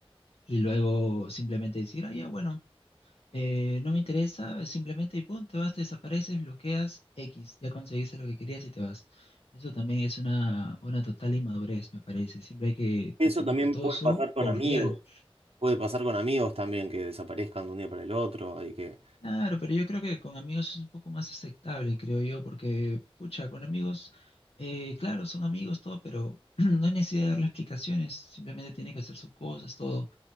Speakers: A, on the left; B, on the right.
A: y luego simplemente decir, ah, ya, bueno, eh, no me interesa, simplemente y pum, te vas, te desapareces, bloqueas X, ya conseguiste lo que querías y te vas. Eso también es una, una total inmadurez, me parece. Siempre hay que,
B: Eso
A: que ser
B: también
A: respetuoso,
B: puede pasar con
A: cordial.
B: amigos. Puede pasar con amigos también que desaparezcan de un día para el otro. Y que...
A: Claro, pero yo creo que con amigos es un poco más aceptable, creo yo, porque, pucha, con amigos, eh, claro, son amigos, todo, pero <clears throat> no hay necesidad de darle explicaciones, simplemente tiene que hacer sus cosas, todo.